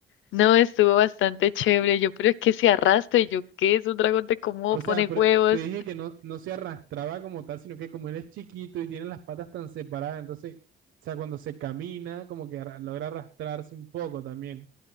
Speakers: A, on the left; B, on the right.
A: No, estuvo bastante chévere. Yo, pero es que se arrastra y yo, ¿qué es un dragón de cómo
B: O
A: pone
B: sea, pero
A: huevos?
B: te dije que no, no se arrastraba como tal, sino que como él es chiquito y tiene las patas tan separadas, entonces, o sea, cuando se camina, como que arra- logra arrastrarse un poco también.